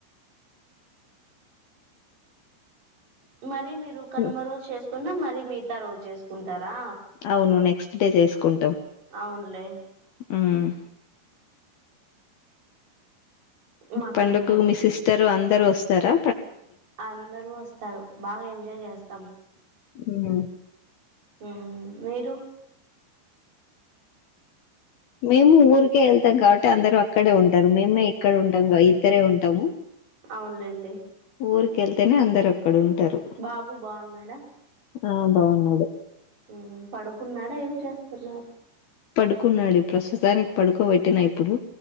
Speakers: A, on the right (about 45°); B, on the left (about 65°).
A: మరి రి మీరు కనుమ
B: హ్మ్.
A: రోజు చేసుకున్న మరి మీ గత రోజు చేసుకుం టారా
B: అవును నెక్స్ట్ డే చేసుకుం
A: అవున్లే
B: ఊమ్
A: మాకేం
B: పండుగకు
A: లేదు
B: మీ సిస్టర్ అందరు వస్ స్తారా
A: అందరూ వస్తారు బాగా ఎంజాయ్ చేస్తాం
B: ఉమ్
A: ఉమ్ మీరు
B: మేము ఊరికే వెళ్తాం కాబట్టి అందరు అ క్కడే ఉంటారు మేమే ఇక్కడ ఉంటం గా ఇద్దరే ఉం టం
A: అవున్లేండి
B: ఊరుకెళ్తేనే అందరు ఉంటారు.
A: బాబు బాగున్నాడా
B: ఆ బాగున్నాడు
A: ఊమ్ పడుకున్నాడా ఏం చేస్తున్నారు
B: పడుకున్నాడు ప్రస్తుతానికి పడుకోబెట్టిన ఇప్పుడు